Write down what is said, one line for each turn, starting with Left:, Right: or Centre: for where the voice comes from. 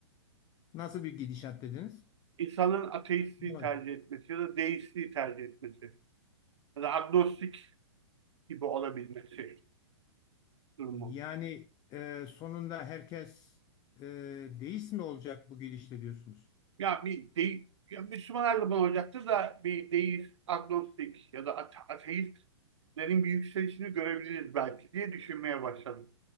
Left: Nasıl bir gidişat dediniz?
Right: İnsanların ateistliği
Left: Evet.
Right: tercih etmesi ya da deistliği tercih etmesi. ya da agnostik gibi olabilmesi durumu.
Left: Yani e, sonunda herkes e, deist mi olacak bu gidişle diyorsunuz?
Right: Ya bir değil, ya Müslüman her zaman olacaktır da bir deist, agnostik ya da ate- ateistlerin bir yükselişini görebiliriz belki diye düşünmeye başladım.